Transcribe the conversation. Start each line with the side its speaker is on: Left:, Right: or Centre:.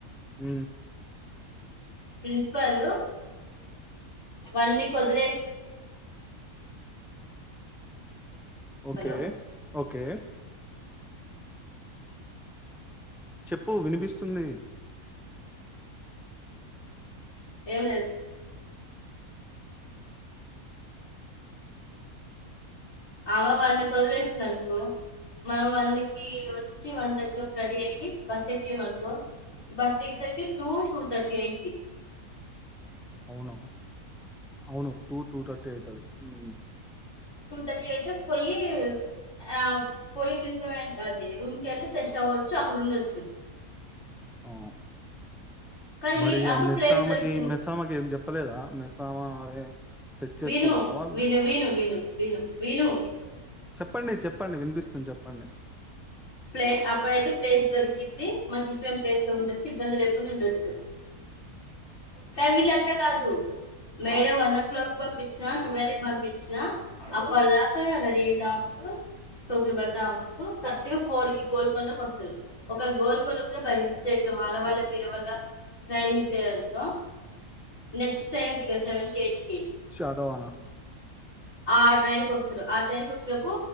Centre: అ
Left: ప్రిన్సిపాలు వన్ వీక్ వదిలే
Centre: ఓకే
Left: హలో
Centre: ఓకే చెప్పు వినిపిస్తుంది
Left: ఏవ అమ వాళని వదిలేసింది అనుకో మన వాళ్ళకి వచ్చి వన్ థర్టీ లో రెడీ అయి బస్ ఎక్కం అనుకో బస్ ఎగేసరికి టూ టూ థర్టీ అయింది
Centre: అవును అవును టూ టూ థర్టీ అయితుది ఉ
Left: టూ థర్టీ అయితే పోయి ఆ పోయి ఫ అది రూమ్ క వెళ్ళి ఫ్రెష్ అవ్వచ్చు అక్కడ ఉండోచ్చు
Centre: ఆ
Left: కానీ
Centre: మరి
Left: వీ అప్పుడు
Centre: ఆ మేస్సామకి
Left: ప్లేస్ దొరికింది
Centre: మెస్సామకి ఏం చెప్పలేదా మెస్సామ అరే సెట్ చేసుకోలేదా
Left: విను
Centre: వాళ్ళు
Left: విను విను విను విను విను
Centre: చెప్పండి చెప్పండి వినిపిస్తుంది చెప్పండి
Left: ప్లే అప్పుడైతే ప్లేస్ దొరికింది మాకి ఇష్టమైన ప్లేస్ లో ఉండొచ్చు ఇబ్బంది లే ఉండచ్చు కానీ వీళ్ళు అట్లా కాదు మేడం వన్ ఓ క్లాక్ పంపించిన ట్వల్వ్ పంపించిన అప్పటిదాకా రెడీ అయితా ఉంటరు సోకులు పడతా ఉంటరూ ఫోర్ కి గోల్కొండ వస్తరు ఒక గోల్కొండ కూడా బై మిస్టేక్ ల వాళ్ళ వల్ల వీళ్ళ వల్ల ట్రైన్ మిస్ అయ్యరు అనుకో నెక్స్ట్ ట్రైన్ ఉందిగా సెవెన్ కి ఎయిట్ కి
Centre: శాతవాన
Left: ఆ ట్రైన్ కి వస్తరు ఆ ట్రైన్ కి వచ్చినప్పు